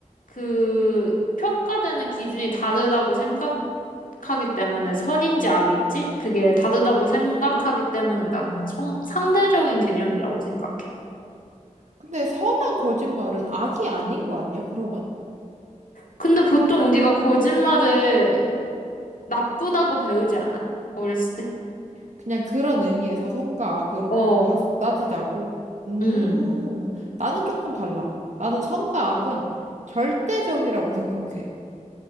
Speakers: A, on the left (about 80°); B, on the right (about 60°).
A: 그 평가되는 기준이 다르다고 생각 하기 때문에 선인지 악인지 그게 다르다고 생각하기 때문에 나는 성- 상대적인 개념이라고 생각해.
B: 근데 선한 거짓말은 악이 아닌 거 아니야, 그러면?
A: 근데 보통 우리가 거짓말을 나쁘다고 배우지 않아? 어렸을 때?
B: 그냥 그런 의미에서 선과 악으로
A: 어,
B: 봤, 따지자고. 음,
A: 응,
B: 나는 조금 달라. 나는 선과 악은 절대적이라고 생각해.